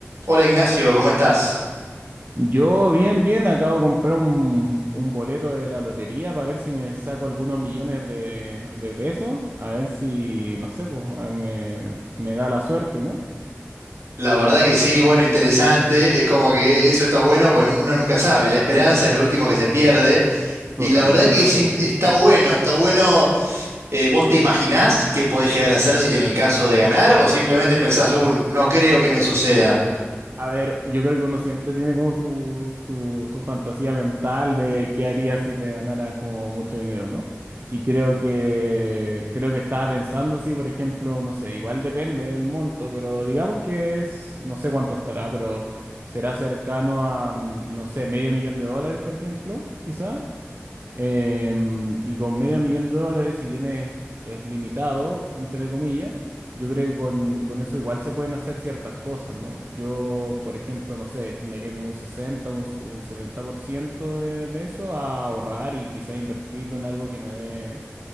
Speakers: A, on the right; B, on the right.
A: Hola Ignacio, ¿cómo estás?
B: Yo bien, bien, acabo de comprar un, un boleto de la lotería para ver si me saco algunos millones de, de pesos, a ver si, no sé, pues eh, me, me da la suerte, ¿no?
A: La verdad que sí, bueno, interesante. Es como que eso está bueno porque nu- uno nunca sabe. La esperanza es lo último que se pierde.
B: Totalmente.
A: Y la verdad que es in- está bueno, está bueno. Eh, ¿vos te imaginás qué podés llegar a hacer si- en el caso de ganar? ¿O simplemente pensás, "Uh, no creo que me suceda?
B: A ver, yo creo que uno siempre tiene como su, su, su fantasía mental de qué haría si te ganaras como mucho dinero, ¿no? Y creo que creo que estaba pensando si, por ejemplo, no sé, igual depende del monto, pero digamos que es, no sé cuánto estará, pero será cercano a, mm, no sé, medio millón de dólares, por ejemplo, quizá. Em, y con medio millón de dólares, si bien es, es limitado, entre comillas, yo creo que con, con eso igual se pueden hacer ciertas cosas, ¿no? Yo, por ejemplo, no sé, destinaría como un sesenta un, s- un 70% de, de eso a ahorrar y quizá invertirlo en algo que me dé,